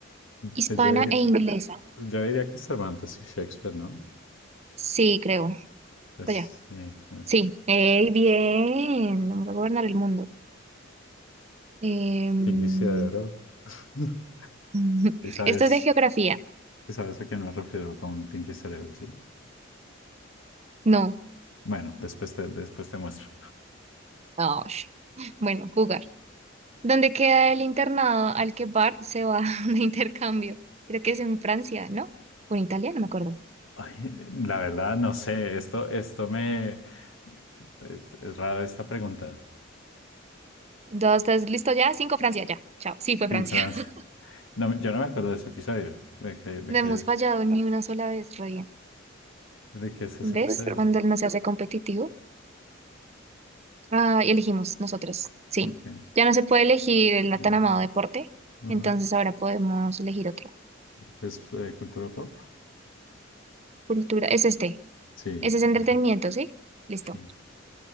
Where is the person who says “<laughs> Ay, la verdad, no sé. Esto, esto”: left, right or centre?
Left